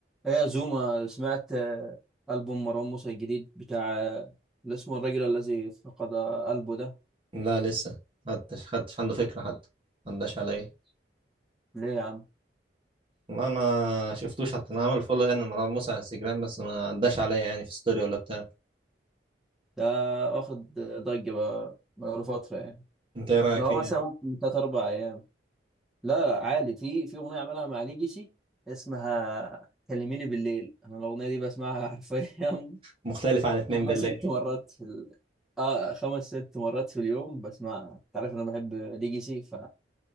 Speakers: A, in the centre; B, on the right (about 30°).
A: ايه يا زوما سمعت آه، ألبوم مروان موسى الجديد بتاع آه، اللي اسمه الرجل الذي فقد قلبه ده
B: لا لسه حدش حدش عنده فكرة حتى ما عداش عليا
A: ليه يا عم
B: ما ما شفتوش حتى انا عامل فولو يعني مروان موسى على انستجرام بس ما عداش عليا يعني في ستوري ولا بتاع
A: ده واخد ضجة بقى بقاله فترة يعني
B: انت ايه رايك
A: لو
B: فيه
A: مثلا
B: يعني
A: ممكن تلات أربع أيام لا عالي في في أغنية عملها مع ليجيسي اسمها كلميني بالليل أنا الأغنية دي بسمعها حرفيا
B: مختلف
A: <laughs>
B: عن اتنين
A: خمس
B: بالله
A: ست مرات في ال... اه خمس ست مرات في اليوم بسمعها أنت عارف أنا بحب ليجيسي ف